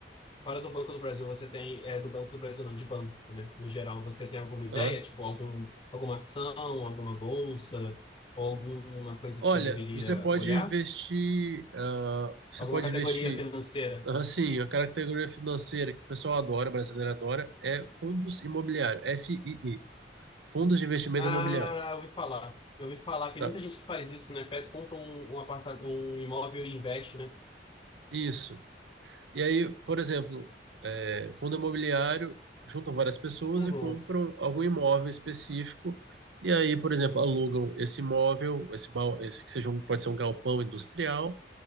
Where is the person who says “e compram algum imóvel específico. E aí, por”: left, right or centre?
Right